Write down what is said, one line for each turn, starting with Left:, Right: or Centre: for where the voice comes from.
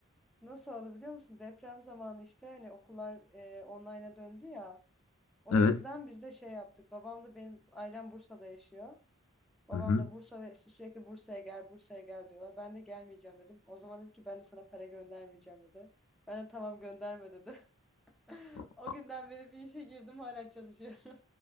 Centre: nasıl oldu biliyor musun? Deprem zamanı işte hani okullar e, online'a döndü ya. O
Left: Evet.
Centre: yüzden biz de şey yaptık. Babam da benim ailem Bursa'da yaşıyor. Babam
Left: Hı hı.
Centre: da Bursa'da işte sürekli Bursa'ya gel, Bursa'ya gel diyorlar. Ben de gelmeyeceğim dedim. O zaman dedi ki ben de sana para göndermeyeceğim dedi. Ben de tamam gönderme dedi. <laughs>
Left: O-
Centre: O günden beri bir işe girdim hala çalışıyorum.